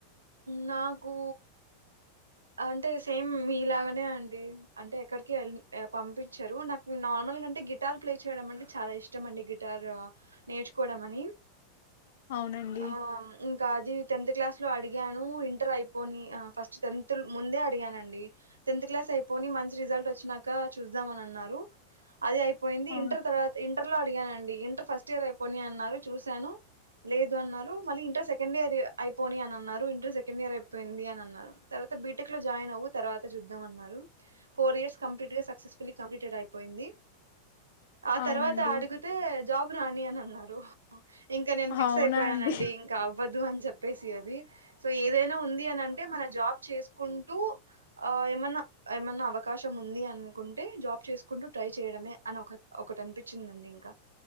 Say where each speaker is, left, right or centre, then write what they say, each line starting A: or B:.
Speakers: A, on the right (about 75°); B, on the left (about 55°).
A: నాకూ అంటే సేమ్ మీలాగనే అండి అంటే ఎక్కడికి ఎల్ ఆ పంపించరు నాకు నార్మల్ అంటే గిటార్ ప్లే చేయడం అంటే చాలా ఇష్టం అండి గిటార్ నేర్చుకోవడం అని
B: అవునండి
A: ఆ ఇం కాదు టెన్త్ క్లాస్లో అడిగాను ఇంటర్ అయిపోని ఆ ఫస్ట్ టెన్త్ ముందే అడిగానండి టెన్త్ క్లాస్ అయిపోని మంచి రిజల్ట్ వచ్చినాక చూద్దామని అన్నారు అదే అయిపోయింది
B: ఆ
A: ఇంటర్ తర్వాత ఇ ఇంటర్ లో అడిగానండి ఇంటర్ ఫస్ట్ ఇయర్ అయిపోని అన్నారు చూశాను లేదు అన్నారు మళ్ళీ ఇంటర్ సెకండ్ ఇయర్ అయిపోని అని అన్నారు ఇంటర్ సెకండ్ ఇయర్ అయిపోయింది అని అన్నారు తర్వాత బీటెక్ లో జాయిన్ అవు తర్వాత చూద్దాం అన్నారు ఫోర్ ఇయర్ కంప్లీట్గా సక్సెస్ ఫుల్లీ కంప్లీటెడ్ అయిపోయింది ఆ
B: అవునండి
A: తర్వాత అడిగితే జాబ్ రాని అని అన్నారు ఓ ఇంకా నేను ఫిక్స్
B: అవునా
A: అయిపోయానండి
B: అండి
A: ఇంకా అవ్వదు అని చెప్ప పసీది సో ఏదైనా ఉంది అని అంటే మన జాబ్ చేసుకుంటూ ఏమన్నా ఏమన్నా అవకాశం ఉంది అనుకుంటే జాబ్ చేసుకుంటూ ట్రై చేయడమే అని ఒక ఒకటి అనిపించి వచ్చిందండి ఇంకా